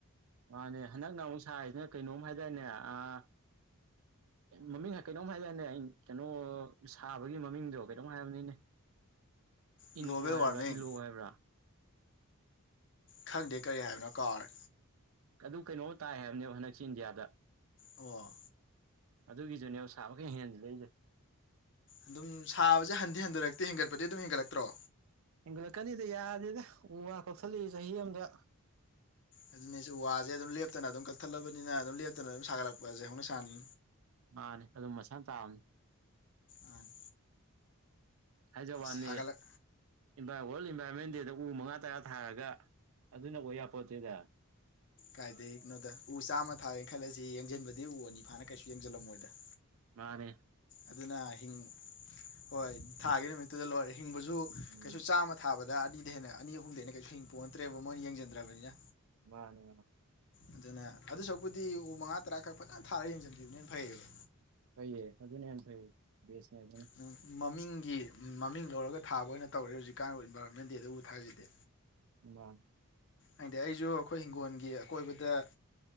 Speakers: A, on the right; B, on the left.
A: ꯃꯥꯅꯦ ꯍꯟꯗꯛꯅ ꯑꯃꯨꯛ ꯁꯥꯔꯤꯁꯤꯅ ꯀꯩꯅꯣꯝ ꯍꯥꯏꯗꯥꯏꯅꯦ ꯑꯥ ꯃꯃꯤꯡ ꯀꯩꯅꯣꯝ ꯍꯥꯏꯗꯥꯏꯅꯦ ꯀꯩꯅꯣ ꯁꯥꯕꯒꯤ ꯃꯃꯤꯡꯗꯣ ꯀꯩꯅꯣꯝ ꯍꯥꯏꯔꯕꯅꯤꯅꯦ
B: ꯒ꯭ꯂꯣꯕꯦꯜ
A: ꯏꯅꯣ ꯍꯥꯏꯕ꯭ꯔꯥ
B: ꯋꯥꯔꯃꯤꯡ
A: ꯏꯜꯂꯣ ꯍꯥꯏꯕ꯭ꯔꯥ <unintelligible>
B: ꯈꯪꯗꯦ ꯀꯔꯤ ꯍꯥꯏꯕꯅꯣ ꯀꯥꯎꯔꯦ
A: ꯑꯗꯨ ꯀꯩꯅꯣꯝꯃꯥ ꯇꯥꯏ ꯍꯥꯏꯕꯅꯦꯕ ꯍꯟꯗꯛꯁꯤ ꯏꯟꯗꯤꯌꯥꯗ
B: ꯑꯣ
A: ꯑꯗꯨꯒꯤꯗꯨꯅꯦꯕ ꯁꯥꯕ ꯀꯥ ꯍꯦꯟꯖꯤꯜꯂꯛꯏꯁꯦ
B: ꯑꯗꯨꯝ ꯁꯥꯕꯁꯦ ꯍꯟꯗꯤ ꯍꯟꯊꯔꯛꯇꯦ ꯍꯦꯟꯒꯠꯄꯗꯤ ꯑꯗꯨꯝ ꯍꯦꯟꯒꯠꯂꯛꯇ꯭ꯔꯣ
A: ꯍꯦꯟꯒꯠꯂꯛꯀꯅꯤꯗ ꯌꯥꯗꯦꯗ ꯎ ꯋꯥ ꯀꯛꯊꯠꯂꯛꯏ ꯆꯍꯤ ꯑꯃꯗ
B: ꯑꯗꯨꯅꯤꯁꯨ ꯋꯥꯁꯦ ꯑꯗꯨꯝ ꯂꯦꯞꯇꯅ ꯑꯗꯨꯝ ꯀꯛꯊꯠꯂꯕꯅꯤꯅ ꯑꯗꯨꯝ ꯂꯦꯞꯇꯅ ꯑꯗꯨꯝ ꯁꯥꯒꯠꯂꯛꯄ ꯄꯖꯦ ꯍꯥꯎꯅ ꯁꯅꯤ
A: ꯃꯥꯅꯦ ꯑꯗꯨꯝ ꯃꯁꯥ ꯇꯥꯕꯅꯤ
B: ꯃꯥꯅꯤ
A: ꯍꯥꯏꯖ ꯋꯥꯅꯤ
B: ꯁꯥꯒꯠꯂꯛ
A: ꯏꯟꯚꯥꯏ ꯋꯥꯔꯜ ꯏꯟꯚꯥꯏꯔꯣꯟꯃꯦꯟ ꯗꯦꯗ ꯎ ꯃꯉꯥ ꯇꯔꯥ ꯊꯥꯔꯒ ꯑꯗꯨꯅ ꯑꯣꯏ ꯌꯥꯄꯣꯠꯇꯦꯗ
B: ꯀꯥꯏꯗꯩꯛꯅꯣꯗ ꯎ ꯆꯥꯝꯃ ꯊꯥꯔꯦꯅ ꯈꯜꯂꯁꯤ ꯌꯦꯡꯖꯤꯟꯕꯗꯤ ꯎ ꯑꯅꯤ ꯐꯥꯅ ꯀꯩꯁꯨ ꯌꯦꯡꯖꯤꯜꯂꯝꯃꯣꯏꯗ
A: ꯃꯥꯅꯦꯦ
B: ꯑꯗꯨꯅꯥ ꯍꯤꯡ ꯍꯣꯏ ꯊꯥꯒꯤ ꯅꯨꯃꯤꯠꯇꯨꯗ ꯂꯣꯏꯔꯦ ꯍꯤꯡꯕꯁꯨ
A: ꯎꯝ
B: ꯀꯩꯁꯨ ꯆꯥꯝꯃ ꯊꯥꯕꯗ ꯗꯥ ꯑꯅꯤꯗꯩ ꯍꯦꯟꯅ ꯑꯅꯤ ꯑꯍꯨꯝꯗꯩ ꯍꯦꯟꯅ ꯀꯩꯁꯨꯛ ꯍꯤꯡ ꯄꯣꯟꯅꯠꯇ꯭ꯔꯦꯕ ꯃꯣꯏꯅ ꯌꯦꯡꯖꯟꯗ꯭ꯔꯕꯅꯤꯅ
A: ꯃꯥꯅꯦ
B: ꯑꯗꯨꯅ ꯑꯗꯨ ꯁꯛꯄꯨꯗꯤ ꯎ ꯃꯉꯥ ꯇꯔꯥꯈꯛ ꯐꯖꯅ ꯊꯥꯔꯒ ꯌꯦꯡꯁꯤꯟꯈꯤꯕꯅꯦꯅ ꯐꯩꯌꯦꯕ
A: ꯐꯩꯌꯦ ꯑꯗꯨꯅ ꯍꯅ ꯐꯩꯌꯦ ꯁ ꯌꯥ ꯑꯗꯨꯅ
B: ꯅꯪ ꯃꯃꯤꯡꯒꯤ ꯃꯃꯤꯡ ꯂꯧꯔꯒ ꯊꯥꯕ ꯑꯣꯏꯅ ꯇꯧꯔꯦ ꯍꯧꯖꯤꯛꯀꯥꯟꯕꯨ ꯏꯟꯚꯥꯏꯔꯣꯟꯃꯦꯟ ꯗꯦꯗꯕꯨ ꯊꯥꯖꯗꯦ
A: ꯑ
B: ꯍꯥꯏꯗꯤ ꯑꯩꯁꯨ ꯑꯩꯈꯣꯏ ꯍꯤꯡꯒꯣꯜꯒꯤ ꯑꯀꯣꯏꯕꯗ